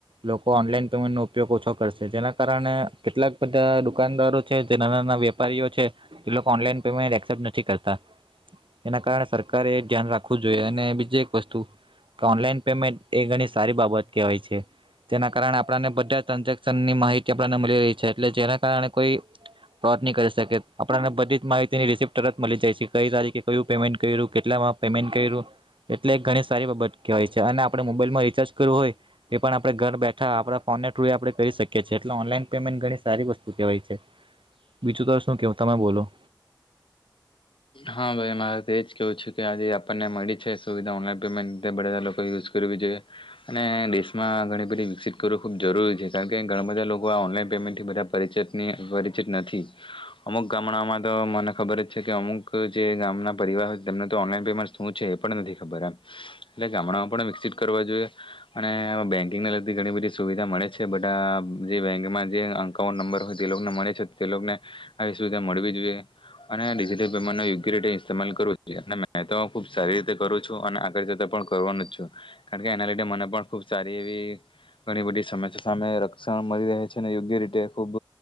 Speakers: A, on the right (about 80°); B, on the left (about 75°).
A: લોકો ઓનલાઈન પેમેન્ટ ઉપયોગ ઓછો કરશે જેના કારણે કેટલાક બધા દુકાનદારો છે જેના નાના વેપારીઓ છે જે લોકો‌ ઓનલાઈન પેમેન્ટ એસેપ્ટ નથી કરતા એના કારણે સરકારે એ ધ્યાન રાખવું જોઈએ અને બીજી એક વસ્તુ ઓનલાઈન પેમેન્ટ એ ઘણી સારી બાબત કહેવાય છે તેના કારણે આપને બધા ટ્રાન્ઝેક્શનની માહિતી આપને મલી રહી છે એટલે જેના કારણે કોઈ ફોડ ની શકે આપણને બધી જ માહિતીની રિસીપત તરત મલી જાય છે કઈ તારીખે કયું પેમેન્ટ કર્યું કેટલામાં પેમેન્ટ કર્યું એટલે ઘણી સારી બાબત કહેવાય છે અને આપણે મોબાઈલમાં રિચાર્જ કરવું હોય તે પણ આપણે ઘર બેઠા આપણા ફોનના થ્રુએ આપણે કરી શકીએ છીએ એટલે ઓનલાઈન પેમેન્ટ ઘણી સારી વસ્તુ કહેવાય છે બીજું તો શું કેવ તમે બોલો
B: હા ભાઈ મારે તો એ જ કેવું છે કે આજે આપને મળી છે સુવિધા ઓનલાન પેમેન્ટ તે બધ બધા લોકોએ યુઝ કરવી જોઈએ અને દેશમાં ઘણી બધી વિકસિત કરવું ખૂબ જરૂરી છે કારણ કે ઘણા બધા લોકો આ ઓનલાઈન પેમેન્ટથી બધા પરિચિતની પરિચિત નથી અમુક ગામડાઓમાં તો મને ખબર જ છે કે અમુક જે ગામના પરિવાર હોય તેમને તો ઓનલાઈન પેમેન્ટ શું છે એ પણ નથી ખબર એમ એટલે ગામડામાં પણ વિકસિત કરવા જોઈએ અને બેન્કિંગને લગતી ઘણી બધી સુવિધા મળે છે બધા આ જે બેંકમાં જે અકાઉન્ટ નંબર હોય તે લોકોને મળે છે તે લોકોને આવી સુવિધા મળવી જોઈએ અને ડિજિટલ પેમેન્ટનો યોગ્ય રીતે ઇટસ્માલ કરવું છે અને મેં તો ખૂબ સારી રીતે કરું છું અને આગળ જતા પણ કરવાનું જ છું કારણ કે એના લીધે મને પણ ખૂબ સારી એવી ઘણી બધી સમસ્યા સામે રક્ષણ મળી રહે છે અને યોગ્ય રીતે ખૂબ